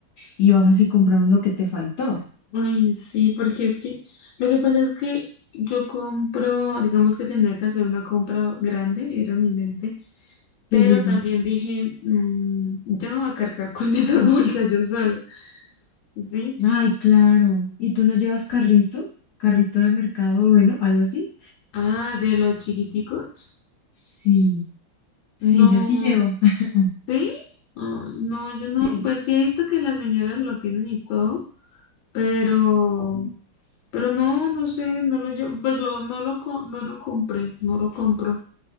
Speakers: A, on the left; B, on the left.
A: y vamos y compramos lo que te faltó.
B: Ay, sí, porque es que, lo que pasa es que yo compro, digamos que tendría que hacer una compra grande, era mi mente pero
A: Sí, sí, sí.
B: también dije, "Mm, yo me voy a cargar con <laughs> esas bolsas yo sola, ¿sí?
A: Ay, claro. ¿Y tú no llevas carrito? ¿Carrito de mercado, bueno, algo así?
B: Ah, de los chiquiticos,
A: Sí, sí,
B: no,
A: yo sí llevo. <laughs>
B: ¿sí? Ay, no, yo no,
A: Sí,
B: pues sí he visto que las señoras lo tienen y todo, pero, pero no, no sé, no lo llevo, pues lo, no lo, co- no lo compré, no lo compro,